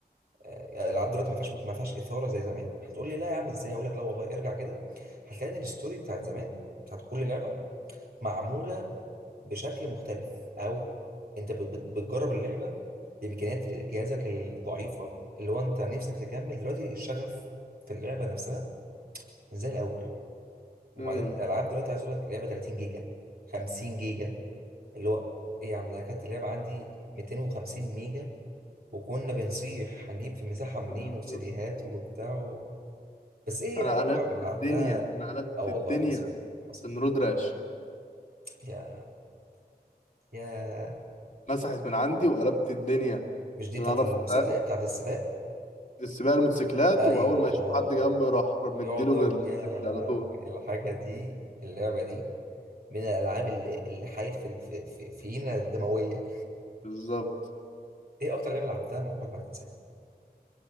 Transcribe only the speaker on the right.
الالعاب دلوقتي ما فيهاش ما فيهاش اثاره زي زمان هتقول لي لا يا عم ازاي هقول لك لا والله ارجع كده هتلاقي ان الستوري بتاعت زمان بتاعت كل لعبه معموله بشكل مختلف او انت بت- بت- بتجرب اللعبه بامكانيات جهازك الضعيفه اللي هو انت نفسك تكمل دلوقتي الشغف في اللعبه نفسها مش زي الاول وبعدين
الالعاب دلوقتي عايز اقول لك لعبه 30 جيجا 50 جيجا اللي هو ايه يا عم ده كانت اللعبه عندي 250 ميجا وكنا بنصيح هنجيب في المساحه منين
وسيديهات وبتاع و... بس ايه
لعبه اكتر
اللي لعبتها
اه والله
حصل حصل
يا يا
مش دي
بتاعت
المسا...
بتاعت السباق
ايوه
اه
يقعد ضرب
يا
لهوي
الحاجة دي اللعبة دي من الألعاب اللي اللي حيت في في في فينا الدموية
إيه أكتر لعبة لعبتها ما عمرك ما تنساها؟